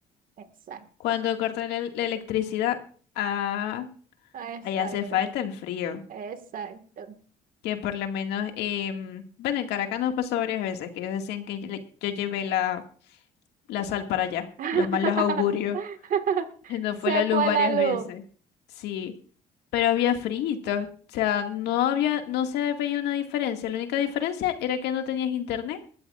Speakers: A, on the right (about 55°); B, on the left (about 80°).
A: Exacto,
B: cuando cortan la la electricidad, ah,
A: exacto,
B: ahí hace falta el frío.
A: exacto.
B: que por lo menos, em, bueno, en Caracas nos pasó varias veces que ellos decían que yo, le- yo llevé la, la sal para allá,
A: <laughs>
B: los malos augurios. Se nos
A: Se
B: fue la luz
A: fue
B: varias
A: la luz.
B: veces. Sí, pero había frito. O sea, no había, no se veía una diferencia. La única diferencia era que no tenías internet